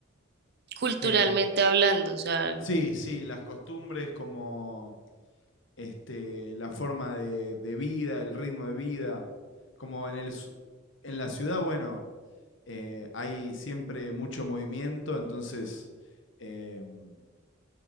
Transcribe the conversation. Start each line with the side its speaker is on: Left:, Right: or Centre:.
Right: culturalmente
Left: Eh,
Right: hablando, o sea,
Left: sí, sí, las costumbres como... este, la forma de, de vida, el ritmo de vida. Como en, el, su- en la ciudad, bueno, eh, hay siempre mucho movimiento, entonces, em,